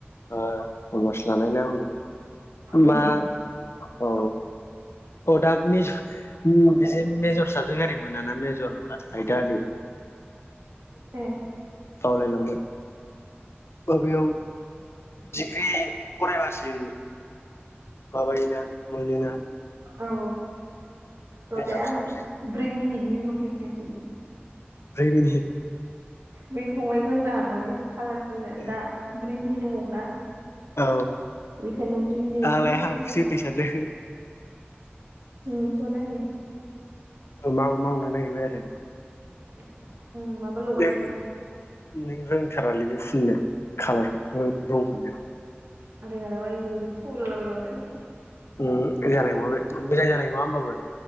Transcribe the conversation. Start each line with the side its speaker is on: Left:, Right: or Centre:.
Left: ओ कमार्स लानायना आंबो मा
Right: उम
Left: औ औ अ दा मेज' <unintelligible> मेजर साबजेक्टओरै मोनाना मेजर आयदारि
Right: ए
Left: बावलायलांबाय। अबेयाव डिग्रि फरायबासो माबायोना मोनोना
Right: औ रदे
Left: मेजर
Right: आं
Left: साबजेक्ट
Right: ब्रै मिनिट नि उनाव फैगासिनो।
Left: ब्रै मिनित
Right: बै फंबायखौ होनदां माने खालारफोननो
Left: औ
Right: दा ब्रै मिनिट दंबावो ना।
Left: औ
Right: बेखायनो ब्रै मिनिटआव
Left: आंलाय
Right: फैगासिनो
Left: हांखौसो
Right: दं
Left: होनदों सानदों।
Right: नोंखौ होनाखै
Left: माव मावनो नागिरबाय आरो।
Right: <inaudible> उम माबा लगायदोंमोन।
Left: नों नों रोंथारालै बे फुननो खाालार रं-रंखौदेन
Right: आं रोङा जाबाय ओरै फुललाबायबानो जानाया
Left: उम जानाय नङा बे मोजां जानाय नङा होमबाबो।